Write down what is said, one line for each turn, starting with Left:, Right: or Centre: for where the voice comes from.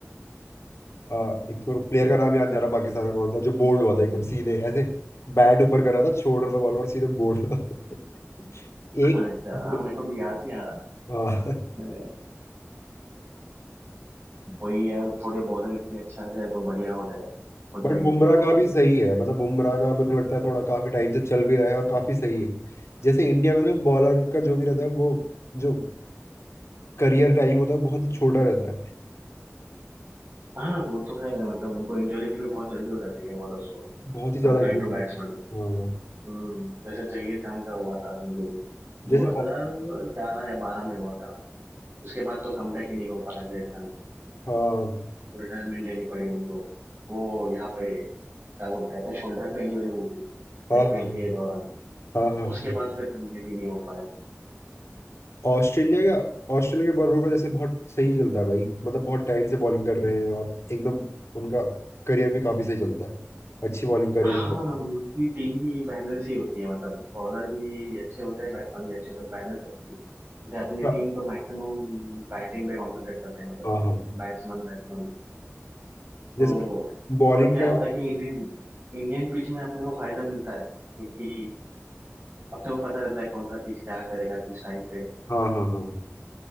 Left: आ, एक तो प्लेयर का नाम याद नहीं आ रहा पाकिस्तान का कौन था जो बोल्ड हुआ था एकदम सीधे ऐसे बैट ऊपर कर रहा था छोड़ रहा था बॉल और सीधे बोल्ड हुआ था। <laughs> एक
Right: अच्छा
Left: दो-
Right: हाँ मेरे को भी याद नहीं आ रहा
Left: हाँ
Right: मैंने <laughs> वही यार थोड़े बॉलर भी अच्छे आ जाए तो बढ़िया हो जाए हो
Left: बट
Right: जाए ये
Left: बुमराह
Right: टीम
Left: का
Right: और
Left: भी सही है मतलब बुमराह का मेरे को लगता है थोड़ा काफी टाइम से चल भी रहा है और काफी सही है जैसे इंडिया में ना बॉलर का जो भी रहता है वो जो करियर टाइम होता है बहुत ही छोटा रहता है
Right: हाँ वो तो है मतलब उनको इंजरी भी बहुत जल्दी हो जाती है बॉलर्स को
Left: बहुत ही ज्यादा
Right: कंपेयर टू बैट्समैन
Left: हाँ
Right: हम्म, जैसे जहीर खान का हुआ था इंजरी
Left: जैसे
Right: 2011 या 12 में हुआ था उसके बाद तो कमबैक ही नहीं हो पाया जहीर खान का
Left: हाँ
Right: तो रिटायरमेंट लेनी पड़ी उनको वो यहाँ पे क्या बोलते हैं अपने शोल्डर पे इंजरी हुई थी
Left: हाँ
Right: आईपीएल
Left: हाँ हाँ
Right: के दौरान
Left: हाँ हाँ हाँ
Right: उसके
Left: हाँ
Right: बाद फिर कमबैक ही नहीं हो पाया
Left: ऑस्ट्रेलिया का ऑस्ट्रेलिया के बॉलरों का जैसे बहुत सही चलता है भाई मतलब बहुत टाइम से बॉलिंग कर रहे हैं और एकदम उनका करियर भी काफी सही चलता है अच्छी बॉलिंग करी
Right: हाँ
Left: जाते
Right: उनकी टीम भी बैलेंस ही होती है मतलब बॉलर भी अच्छे होते हैं बैट्समैन भी अच्छे होते हैं बैलेंस रखती है जैसे अपनी
Left: हैं
Right: टीम तो मैक्सिमम बैटिंग पे कॉन्सेंट्रेट करते हैं मतलब
Left: हाँ हाँ हाँ।
Right: बैट्समैन बैट्समैन तो
Left: जैसे बॉलिंग
Right: और क्या
Left: का है
Right: होता
Left: हाँ
Right: है कि इंडियन इंडियन पिच में अपने को फायदा मिलता है क्योंकि अपने को पता रहता है कौन सा पिच क्या करेगा किस टाइम पे
Left: हाँ हाँ हाँ